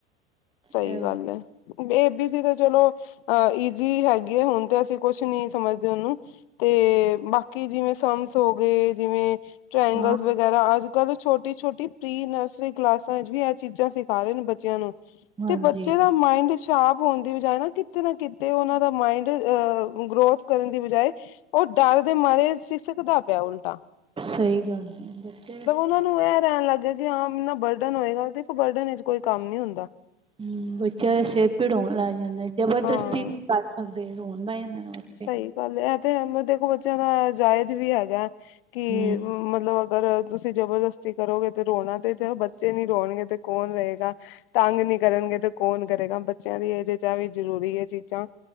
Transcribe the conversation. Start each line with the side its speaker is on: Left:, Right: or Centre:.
Left: ਸ‌ਈ
Right: ਹਮ
Left: ਗੱਲ ਐ, ਏ ਬੀ ਸੀ ਤੇ ਚਲੋ, ਅ ਈਜ਼ੀ ਹੈਗੀ ਏ, ਹੁਣ ਤੇ ਅਸੀਂ ਕੁਛ ਨੀ ਸਮਝਦੇ ਓਨੂੰ ਤੇ ਬਾਕੀ ਕਿ ਜਿਵੇਂ ਸਮਸ ਹੋ ਗਏ ਜਿਵੇਂ ਟ੍ਰਇਂਗਲ
Right: ਹਾਂ
Left: ਵਗੈਰਾ, ਅੱਜ ਅੱਜਕੱਲ੍ਹ ਛੋਟੀ-ਛੋਟੀ ਪ੍ਰੀ ਨਰਸਰੀ ਕਲਾਸਾਂ ਵਿਚ ਵੀ ਐ, ਚੀਜ਼ਾਂ ਸਿਖਾ ਰਹੇ ਨੇ ਬੱਚਿਆਂ ਨੂੰ।
Right: ਹਾਂਜੀ
Left: ਤੇ ਬੱਚੇ ਦਾ ਮਾਇੰਡ'ਚ- ਟਾਪ ਹੋਣ ਦੀ ਬਜਾਏ ਨਾ, ਕਿਤੇ ਨਾ ਕਿਤੇ ਓਨਾਂ ਦਾ ਮਾਇੰਡ ਅ, ਗਰੋਥ ਕਰਨ ਦੀ ਬਜਾਏ- ਓ ਡਰ ਦੇ ਮਾਰੇ ਸਿਸੱਕਦਾ ਪਿਆ ਉਲਟਾ,
Right: ਸ‌ਈ ਗੱਲ ਐ, ਬੱਚੇ-
Left: ਓਨਾਂ ਨੂੰ ਐ ਰਹਿਣ ਲੱਗ ਗਿਆ ਆ, ਏਨਾ ਬਰਡਨ ਹੋਏਗਾ, ਦੇਖੋ ਬਰਡਨ ਵਿਚ ਕੋਈ ਕੰਮ ਨੀ ਹੁੰਦਾ।
Right: ਹੂੰ ਬੱਚਿਆਂ ਦਾ ਸਿਰ ਪੀੜ ਹੋਣ ਲੱਗ ਜਾਂਦਾ ਜਬਰਦਸਤੀ
Left: ਹਾਂ
Right: ਕੀ ਕਰ, ਹਕਦੇ ਰੋਣ ਬੈ ਜਾਂਦੇ ਨੇ
Left: ਸਹੀ
Right: ਓਥੇ,
Left: ਗੱਲ ਐ ਤੇ ਹੈ ਪਰ ਦੇਖੋ ਬੱਚਿਆਂ ਦਾ ਅਜਾਇਜ਼ ਵੀ ਹੈਗਾ ਕੀ
Right: ਹੂੰ
Left: ਮਤਲਬ, ਅਗਰ ਤੁਸੀਂ ਜਬਰਦਸਤੀ ਕਰੋਗੇ, ਤੇ ਰੋਣਾ ਤੇ ਤੇ ਬੱਚੇ ਨੀ ਰੋਣਗੇ ਤੇ ਕੌਣ ਰੋਏਗਾ, ਤੰਗ ਨੀ ਕਰਨਗੇ ਤੇ ਕੌਣ ਕਰੇਗਾ ਬੱਚਿਆਂ ਦੀ ਏਜ ', ਚ ਐ, ਵੀ ਜ਼ਰੂਰੀ ਏ ਚੀਜ਼ਾਂ,